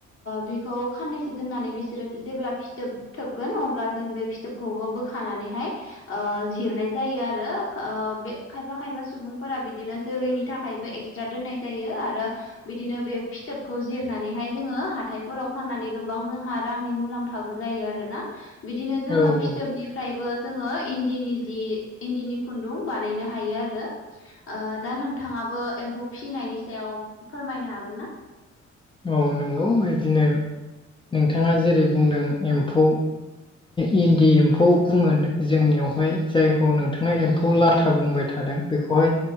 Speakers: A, on the left; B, on the left.
A: बेखौ खाननैसो दोननानै बिसोरो जेब्ला फिथोब थोबगोन अब्ला जों बे फिथोबखौबो बोखानानैहाय ओ जिरनाय जायो आरो ओ बे खायफा खायफा सुबुं फोरा बिदिनो जोलैनि थाखायबो एक्सट्रा दोननाय जायो आरो बिदिनो बे फिथोबखौ जिरनानैहाय जोङो हाथायफोराव फाननानै गोबां जोंहा रांनि मुलाम फाबो जायो आरोना बिदिनो जोङो
B: औ उम
A: फिथोबनिफ्रायबो जोङो इन्दिनि जि इन्दिनि खुन्दुं बानायनो हायो आरो ओ दा नोंथाङाबो एम्फौ फिसिनायनि सायाव फोरमायनो हागोन ना?
B: औ नंगौ बिदिनो नोंथाङा जेरै बुंदों एम्फौ इन्दि एम्फौ बुङो जोंनियावहाय जायखौ नोंथाङा एम्फौ लाथा बुंबाय बेखौहाय